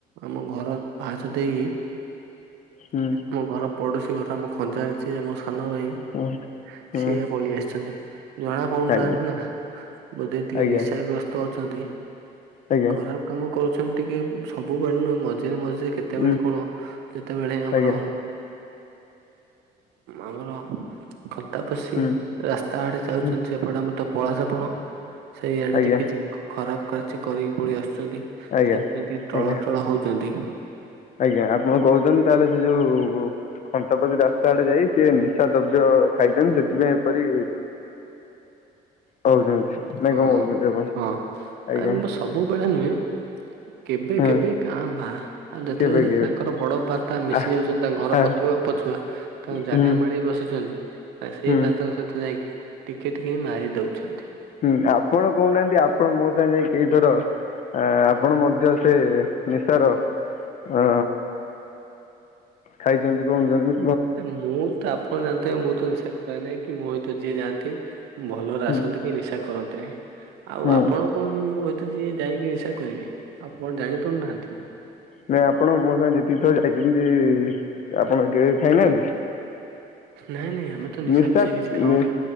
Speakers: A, on the right; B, on the left.
A: ଆମ ଘର ପାହାଛ ଦେଇ
B: ହୁଁ ହୁଁ
A: ଆମ ଘର ପଡୋଶୀ ଘର ଆମ ଖଞାରେ ଯିଏ ସାନ ଭାଇ,
B: ହୁଁ ହୁଁ
A: ସିଏ ପଳେଇ ଆସିଛନ୍ତି। ଜଣା ପଡୁନାହାନ୍ତି
B: ଆଜ୍ଞା
A: ନା, ବୋଧେ ଟିକେ
B: ଆଜ୍ଞା
A: ନିଶାଗ୍ରସ୍ତ ଅଛନ୍ତି।
B: ଆଜ୍ଞା
A: ଖରାପ କାମ କରୁଛନ୍ତି, ଟିକେ ସବୁବେଳେ ନୁହେଁ ମଝିରେ ମଝିରେ କେତେବେଳେ
B: ହୁଁ
A: କଣ ଯେତେବେଳେ ଆମର
B: ଆଜ୍ଞା
A: ଆମର କତା ପଶି
B: ହୁଁ
A: ରାସ୍ତା ଆଡେ ଯାଉଛନ୍ତି,
B: ହୁଁ
A: ସେପଟେ ଆମର ତ ପଳାସପଣ ସେଇ ଆଆଡେ
B: ଆଜ୍ଞା।
A: ଟିକେ ଟିକେ କିଛି ଖରାପ କାର୍ଯ୍ୟ କରିକି ପଳେଇ ଆସ ସେଥିପାଇଁ
B: ଆଜ୍ଞା
A: ଟିକେ ଟଳ
B: ଆଜ୍ଞା
A: ଟଳ ହଉଛନ୍ତି।
B: ଆଜ୍ଞା! ଆପଣ କହୁଛନ୍ତି ତାହେଲେ ସେ ଯୋଉ ଖନ୍ତାପତି ରାସ୍ତା ଆଡେ ଯାଇ, ସିଏ ନିଶା ଦ୍ରବ୍ୟ ଖାଇଛନ୍ତି ସେଥିପାଇଁ ଏପରି ହଉଛନ୍ତି ନାଇଁ
A: ହଁ,
B: କଣ କହୁଛନ୍ତି ଆପଣ
A: ହଁ
B: ଆଜ୍ଞା
A: ଆ ସବୁବେଳେ ନୁହେଁ କେବେ
B: ହୁଁ
A: କେବେ କାଁ ବା, ଆଉ ଯେତେବେଳେ
B: କେବେ କେବେ
A: ତାଙ୍କର ବଡ ଭାତା ମିଶି
B: ଆ
A: ଯାଉଛନ୍ତି ତାଙ୍କ ଘର
B: ଆ
A: ପ୍ରତିଭ ପଛୁଆ ତଣ
B: ହୁଁ
A: ଜାଗା ମାଡି ବସିଛନ୍ତି, ସେଇ
B: ହୁଁ
A: ଭାତଙ୍କ ସହିତ ଯାଇକି ଟିକେ ଟିକେ ମାରି ଦେଉଛନ୍ତି।
B: ହୁଁ ଆପଣ କହୁନାହାନ୍ତି ଆପଣ ମୋ ସାଙ୍ଗେ ଯାଇ କେଇଥର ଆପଣ ମଧ୍ୟ ସେ ନିଶାର ଅ ଖାଇଛନ୍ତି କଣଛନ୍ତି?
A: ମୁଁ ତ, ଆପଣ ଜାଣି ଥିବେ ମୁଁ ତ ନିଶା ଖୁଆଏ, ନାଇଁ କି ମୋ ସହିତ ଯିଏ ଯାଆନ୍ତି ଭଲରେ
B: ହୁଁ
A: ଆସନ୍ତି କି ନିଶା କରନ୍ତିନି, ଆଉ
B: ହୁଁ
A: ଆପଣ କଣ ମୁଁ ଯିଏ ଯାଇକି ନିଶା କରିବି, ଆଉ କଣ ଜାଣି ପାରୁନାହାନ୍ତି।
B: ମେ ଆପଣ ମୋ ସାଙ୍ଗେ ଯେତିକି ଥରେ ଯାଇଛନ୍ତି ଆପଣ କେହି ଖାଇନାହାନ୍ତି?
A: ନାଇଁ ନାଇଁ। ଆମେ ତ ନିଶା
B: ନେଶଦ୍
A: ଫିସା କିଛି ଖାଉନା
B: ନେ